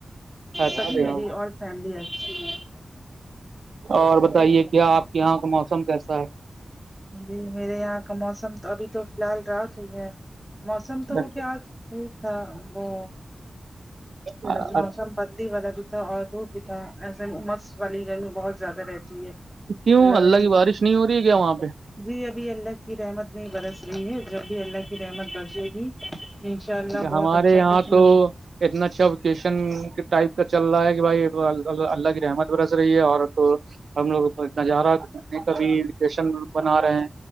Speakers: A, on the right; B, in the centre.
A: اچھا
B: سبھی میری آ فیملی اچھی ہے
A: اور بتائیے کیا آپ کے یہاں کا موسم کیسا ہے
B: جی میرے یہاں کا موسم تو ابھی تو فی الحال رات ہوئی ہے موسم
A: ہے
B: تو کیا ٹھیک تھا وہ
A: اچھا
B: موسم ی والا بھی تھا اور دھوپ بھی تھا ایسےمس والی گرمی بہت زیادہ رہتی ہے
A: کیوں اللہ
B: رحم
A: کی
B: کر
A: بارش نہیں ہو رہی ہے کیا وہاں پہ
B: جی ابھی اللہ کی رحمت نہیں برس رہی ہے جب بھی اللہ کی رحمت بر جے گی انشاء اللہ بہت
A: ہمارے
B: اچھا
A: یہاں
B: خوچھ نہ
A: تو اتنا اچھا ووکیشن ٹائپ کا چل رہا ہے کہ بھائی اللہ کی رحمت برس رہی ہے اور ہم لوگوں کوناظار رہا ہے گھومنے کا بھی لکیشن بنا رہے ہیں